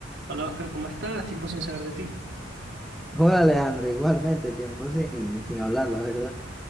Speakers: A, on the right; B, in the centre.
A: Hola Oscar, ¿cómo estás? Tiempo sin saber de ti.
B: Hola, Alejandro, igualmente, tiempo sin, sin hablar, la verdad.